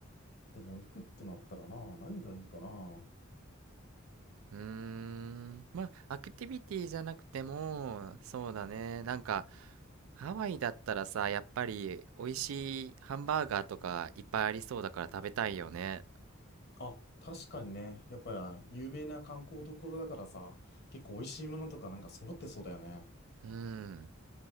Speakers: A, on the left; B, on the right.
A: でも、行くってなったらな、何がいいかな。
B: うーん、まあ、アクティビティじゃなくても、そうだね、なんか、ハワイだったらさ、やっぱり美味しいハンバーガーとかいっぱいありそうだから食べたいよね。
A: あ、確かにね。やっぱり有名な観光どころだからさ、結構美味しいものとかなんか揃ってそうだよね。
B: うん、